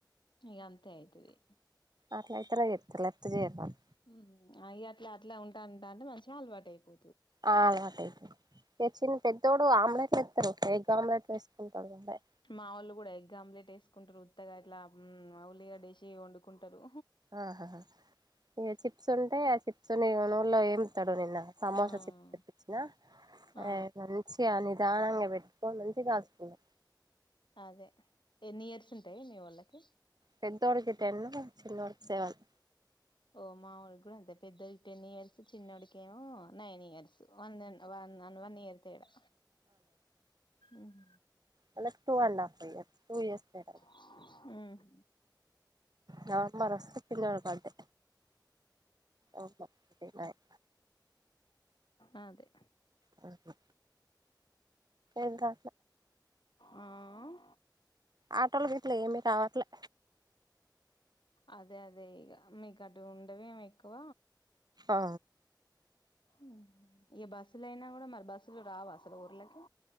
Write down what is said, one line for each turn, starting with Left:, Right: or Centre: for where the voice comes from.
Left: ఇగ అంతే అయితది
Right: అట్లా ఆయితేరే చెత్తారు లేకపోతే చేయరు వాళ్ళు
Left: ఉమ్ హమ్ అవి అట్లా అట్లా ఉంటా అంట అంటే మంచిగా అలవాటు అయిపో
Right: అలవాటైపోతది ఎ చిన్ పెద్దోడు ఆమ్లెట్లు ఇస్తాడు ఎగ్ ఆమ్లెట్ల వేసుకుంటాడు అబ్బాయి
Left: మా వాళ్ళు కూడా ఎగ్ ఆమ్లెట్ వేసుకుంటరు ఉత్తగా అట్లా ఉమ్ ఆ ఉల్లిగడ్డ వేసి వండుకుంటారు
Right: ఆహహ ఇంక చిప్స్ ఉంటే ఆ చిప్స్ని నోర్లో ఏయమంటాడు నిన్న సమోసా
Left: ఆ
Right: చెప్ప తెప్పించిన
Left: ఆ
Right: అ మంచిగా నిదానంగా పెట్టుకొని మంచిగా దాచుకున్న
Left: అదే ఎన్ని ఇయర్స్ ఉంటాయి మీ వాళ్ళకి
Right: పెద్దోడికి టెన్ చిన్నోడికి సెవెన్
Left: ఓ మా వాళ్ళు కూడా అంతే పెద్దది టెన్ ఇయర్స్ చిన్నోడికి ఏమో నైన్ ఇయర్స్ వన్ ఎన్ వన్ నన్ వన్ ఇయర్ తేడా ఉమ్
Right: మనకు two and half years two years తేడా
Left: ఉమ్ హమ్
Right: నా అమ్మా రస తిప్పిది ఏమన అంటే అమ్మ ఎయిట్ నైన్
Left: ఆ అదే
Right: అ హా ఇంకా
Left: ఉమ్
Right: ఆటలు గీటలు ఏమి రావట్లే
Left: అదే అదే ఇగ మీకు అటు ఉండవేమో ఎక్కువ
Right: ఆ
Left: ఉమ్ ఇ బస్సులయినా కూడా మరి బస్సులు రావా అసలు ఊర్లకి